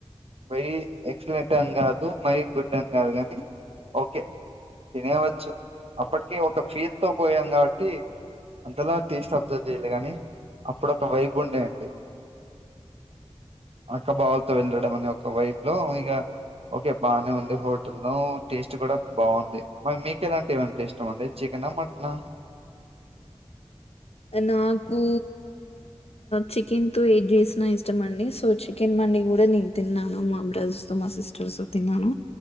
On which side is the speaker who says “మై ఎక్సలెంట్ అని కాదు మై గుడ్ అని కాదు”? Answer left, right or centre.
Right